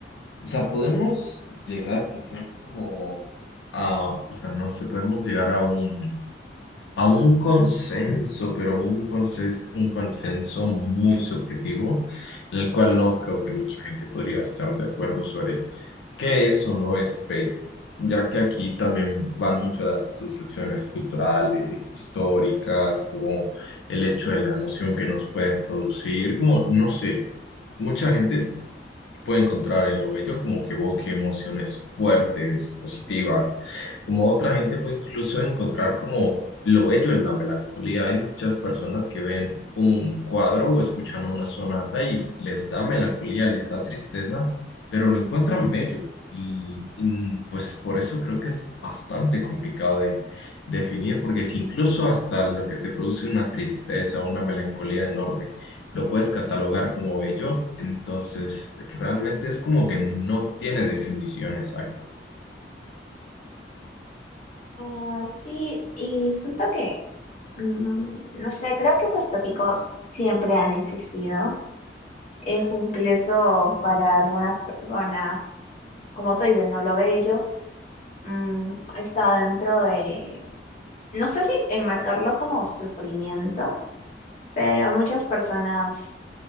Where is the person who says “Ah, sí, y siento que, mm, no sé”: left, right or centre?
Left